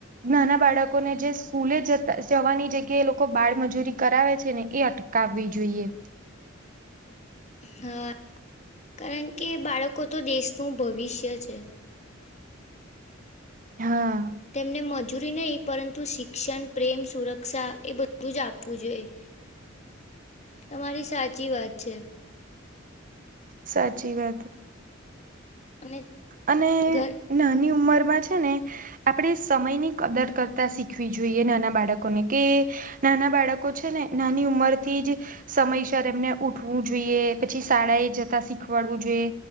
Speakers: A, on the right; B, on the left.
A: નાના બાળકોને જે સ્કૂલે જતા જવાની જગ્યાએ એ લોકો બાળમજૂરી કરાવે છે ને એ અટ કાવવી જોઈએ.
B: હા કારણ કે બાળકો તો દેશનું ભવિષ્ય છે.
A: હા
B: તેમને મજૂરી નહી પરંતુ શિક્ષણ, પ્રેમ, સુરક્ષા એ બધું જ આપવું જોઈએ. તમારી સાચી વાત છે
A: સાચી વાત
B: અને
A: અને
B: ઘ
A: નાની ઉંમરમાં છે ને આપણે સમયની કદર કરતા શીખવી જોઈએ નાના બાળકોને કે નાના બાળકો છે ને નાની ઉંમર થી જ સમયસર એમને ઉઠવું જોઈએ પછી શાળાએ જતા શીખવાડવું જોઈએ